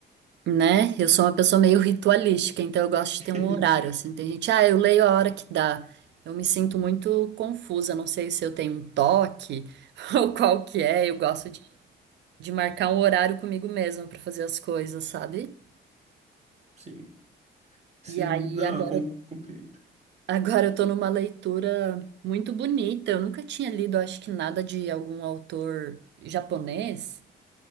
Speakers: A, on the right; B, on the right.
A: né? Eu sou uma pessoa meio ritualística, então eu gosto de
B: <laughs>
A: ter um horário, assim, tem gente, ah, eu leio a hora que dá. Eu me sinto muito confusa, não sei se eu tenho um toque <laughs> ou qual que é, eu gosto de, de marcar um horário comigo mesma pra fazer as coisas, sabe?
B: Sim, sim.
A: E aí
B: Não,
A: agora,
B: eu com- compreendo.
A: <laughs> agora eu tô numa leitura muito bonita. Eu nunca tinha lido, acho que nada de algum autor japonês.